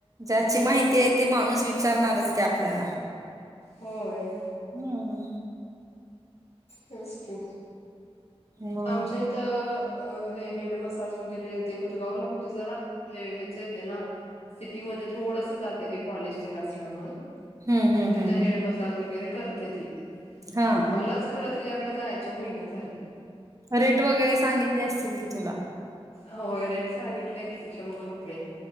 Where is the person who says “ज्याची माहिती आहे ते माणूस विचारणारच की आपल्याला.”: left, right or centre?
Right